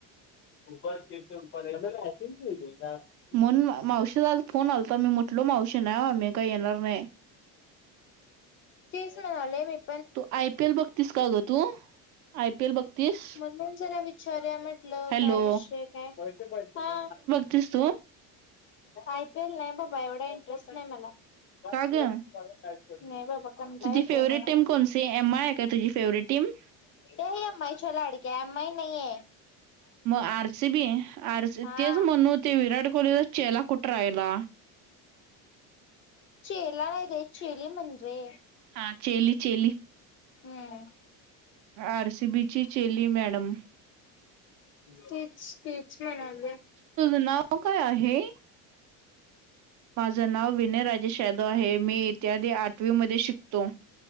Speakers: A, on the left; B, on the right.
A: <unintelligible>
B: मण मावशीचा आज फोन आलता, मी म्हटलो मावशी नावा मि काय येणार नाही.
A: तेच ना, लय माहित.
B: तू आय पी एल बघतीस का ग तू, आय पी एल बघतीस?
A: म्हणून जरा विचारुया म्हटलं
B: हॅलो
A: काय विषय काय? हा
B: तीस तु?
A: आय पी एल नाय बाबा, एवढा इंटरेस्ट नाय मला, नाय
B: का ग
A: बाबा. कंटाळा
B: तुझी
A: येतोय
B: फेवरेट
A: मला.
B: टीम कोणसी? एम आय का तुझी फेवरेट टीम?
A: ए एम आय च्या लाडक्या एम आय नाहीे ऐ.
B: म R C B R C
A: हा.
B: तेच म्हणू ते विराट कोहलीचा चेला कुठ राहिला?
A: चेला नाय रे, चेली म्हन रे.
B: हा, चेली चेली.
A: हम्म.
B: आर सी बी ची चेली मॅडम.
A: तेच, तेच म्हणाले.
B: तुझं नाव काय आहे? माझं नाव विनय राजेश यादव आहे मी इ्यादी आठवी मध्ये शिकतो